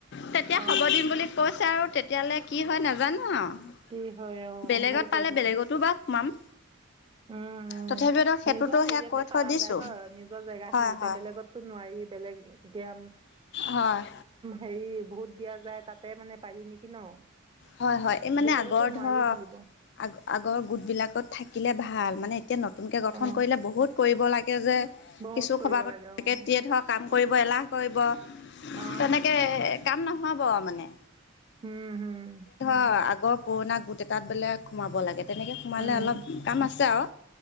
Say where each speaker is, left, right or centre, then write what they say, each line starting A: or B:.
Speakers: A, on the left; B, on the right.
A: তেতিয়া
B: অঁ
A: হ'ব দিম বুলি কৈছে আৰু তেতিয়ালে কি হয় না নাজানো আৰু
B: কি হয় অ
A: বেলেগত
B: সেইটোৱেতো
A: পালে বেলেগতো বা সোমাম।
B: উম, উম,
A: তথাপিও ধৰ সেইটোতো
B: নিজৰ হেৰিয়তে
A: সেয়া কৈ থৈ
B: পাৰা
A: দিছো
B: যায় হয় নিজৰ জেগা
A: হয়
B: খিনিতে
A: হয়
B: বেলেগতো নোৱাৰি বেলেগ এতিয়া,
A: হয়
B: হেৰি ভূত দিয়া যায় তাতে মানে পাৰি নেকি ন?
A: হয় - হয়, এই মানে
B: য'তে
A: আগৰ
B: ত'তে নোৱাৰি
A: ধৰ
B: খুলিব
A: আগ আগৰ গোট বিলাকত থাকিলে ভাল মানে এ নতুনকে গঠন
B: অ
A: কৰিলে বহুত কৰিব লাগে যে,
B: বহুত
A: কিছু
B: কৰিব
A: সভা <unintelligible>
B: লাগে অ অ
A: কাম কৰিব এলাহ কৰিব
B: অ
A: তেনেকে কাম নহব মানে
B: উম, হুম
A: অ', আগৰ পুৰণা গোট এটাত বেলেগ সোমাব লাগে তেনেকে সোমালে
B: উম
A: অলপ কাম আছে আৰু